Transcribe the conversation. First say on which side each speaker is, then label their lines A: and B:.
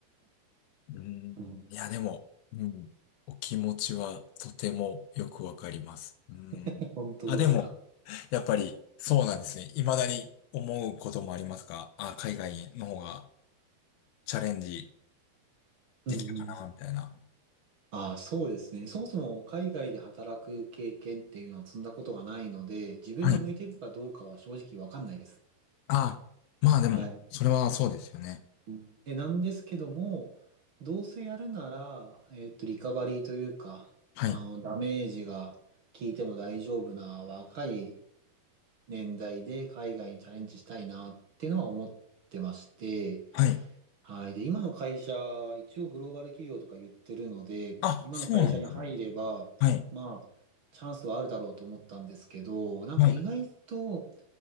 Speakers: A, on the left; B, on the right.
A: うん。
B: うん、
A: いや、でも、うん。お気持ちはとてもよくわかります。うん。
B: <laughs> 本当ですか。
A: あ、でも、やっぱりそうなんですね。未だに思うこともありますかあ、海外の方がチャレンジ
B: うんうん。
A: できたかな、みたいな。
B: ああ、そうですね。そもそも海外で働く経験っていうのを積んだことがないので、自分に向いてるかどうかは正直わかんないです。
A: はい。あ、まあでも、
B: はい。
A: それはそうですよね。
B: うんで、なんですけども、どうせやるなら、えっと、リカバリーというか、
A: はい。
B: あの、ダメージが効いても大丈夫な若い年代で海外にチャレンジしたいなっていうのは思ってまして、
A: はい。
B: はい。で、今の会社、一応グローバル企業とか言ってるので、
A: あ、
B: 今の会社に入れば、
A: そうなんですね。はい。
B: まあ、チャンスはあるだろうと思ったんですけど、なんか意外と
A: はい。